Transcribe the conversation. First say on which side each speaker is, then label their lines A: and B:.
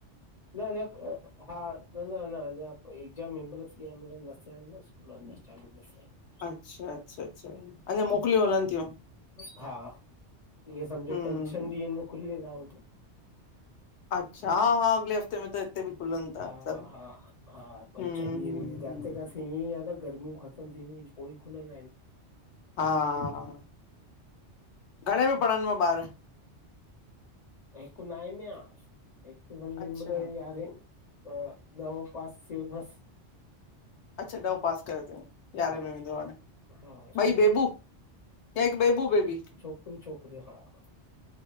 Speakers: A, on the left; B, on the left.
A: न-न अ हा न-न-न अञां एग्ज़ाम हिमल्ल थी आ हिमल्ल न थ्या आए न स् कूल अञां चालू न थ्या आयेंन।
B: अच्छा-अच्छा-अच्छा अञां मोकलियूं हलन तयूं।
A: हा! ईंअ समझो
B: हम्म
A: पंज-छह
B: हम्म
A: ॾीहन में खुली वेंदा होॾे।
B: अच्छा हा हा अॻिले हफ़्ते में त हिते बि खुलनि था
A: हा-हा-हां
B: सभु
A: पंज-छन
B: हम्म हम्म
A: ॾीहं में जाते
B: हम्म
A: काते हियई आ न गर्मियूं ख़तम थींदियूं इन पो ई खुलंदा आऐन।
B: हा! घणे में पढ़नव ॿार?
A: हिक नाए में आ, हिक सम्झ हिम्मल
B: अच्छा
A: यारहे अ ॾहो पास से बस।
B: अच्छा ॾहों पास कयो तइ यारहें
A: हा
B: में वेंदो हाणे।
A: हा
B: ॿई बेबू? एक बेबू, बेबी।
A: छोकरी, छोकरो हां।